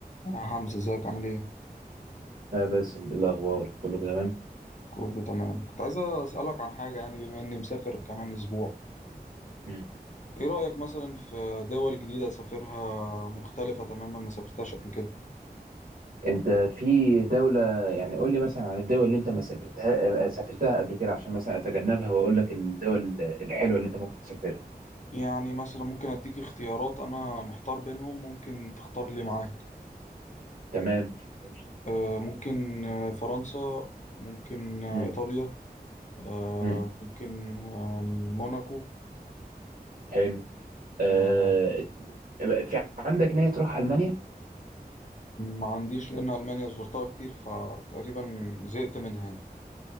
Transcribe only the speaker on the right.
لا بس ال- الأخبار كله تمام
مم.
أنت في دولة يعني قول لي مثلا عن الدول اللي أنت ما سافرتها آه، سافرتها قبل كده عشان مثلا أتجنبها وأقول لك الدول الحلوة اللي أنت ممكن تسافرها
تمام قول لي.
مم.
مم.
حلو آه...
في عندك نية تروح ألمانيا